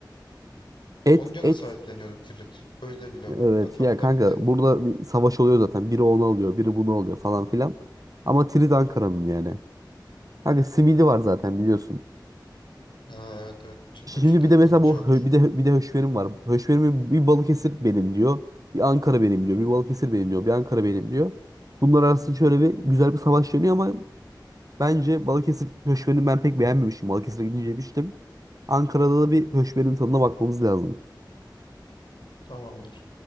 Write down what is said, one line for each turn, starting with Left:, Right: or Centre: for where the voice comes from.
Right: Et
Left: Konya'da
Right: et
Left: sahipleniyordu Tirit. Öyle biliyorum.
Right: evet
Left: Da tam
Right: ya kanka
Left: da emin değilim.
Right: burada bir savaş oluyor zaten. Biri onu alıyor, biri bunu alıyor falan filan. Ama Tirit Ankara'nın yani. Kanka simidi var zaten biliyorsun.
Left: Ha, evet evet. Çıtır
Right: Şimdi
Left: çıtır
Right: bir de mesela
Left: ince
Right: bu
Left: olur.
Right: hö- bir de bir de höşmerim var. Höşmerimi bir Balıkesir benim diyor. Bir Ankara benim diyor. Bir Balıkesir benim diyor. Bir Ankara benim diyor. Bunlar arasında şöyle bir güzel bir savaş dönüyor ama bence Balıkesir höşmerini ben pek beğenmemiştim. Balıkesir'e gidince yemiştim. Ankara'da da bir höşmerin tadına bakmamız lazım.
Left: Tamamdır.